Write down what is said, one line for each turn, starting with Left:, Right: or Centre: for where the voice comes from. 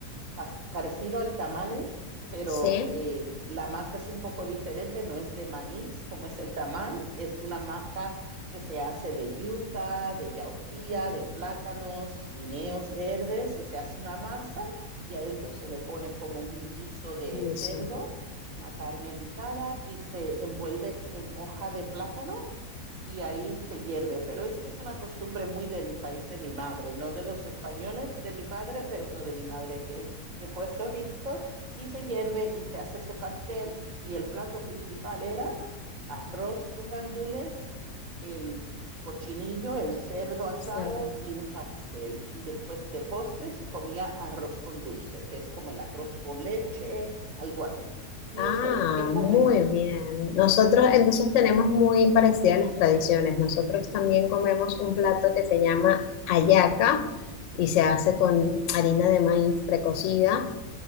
Right: pas- parecido al tamale, pero
Left: sí,
Right: eh, la masa es un poco diferente, no es de maíz como es el tamal, es una masa que se hace de yuca, de yautía, de plátanos, guineos verdes y se hace una masa y adentro se le pone como un guiso de
Left: eso.
Right: cerdo, una carne guisada y se envuelve en hoja de plátano y ahí se hierve. Pero esto es una costumbre muy del país de mi madre, no de los españoles de mi padre, pero de mi madre, que es de Puerto Rico y se hierve y se hace ese pastel y el plato principal era arroz con gandules, el cochinillo, el cerdo asado
Left: Cerdo.
Right: y un pastel. Y después de postre se comía arroz con dulce, que es como el arroz con leche, algo así. ¿Y
Left: Ah,
Right: ustedes qué comen?
Left: muy bien. Nosotros entonces tenemos muy parecidas las tradiciones. Nosotros también comemos un plato que se llama hallaca y se hace con harina de maíz precocida,